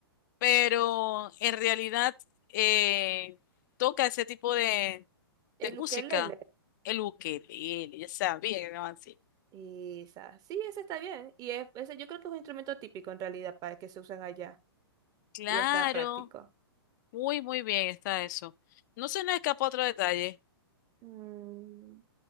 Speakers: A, on the left; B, on the right.
A: pero en realidad eh, toca ese tipo de
B: El
A: de música,
B: ukelele.
A: el ukelele, ya sabía que era así.
B: esa. Sí, ese está bien. Y es, ese yo creo que es un instrumento típico en realidad para que se usan allá.
A: Claro,
B: Y está práctico.
A: muy, muy bien está eso. No se nos escapa otro detalle.
B: Mm,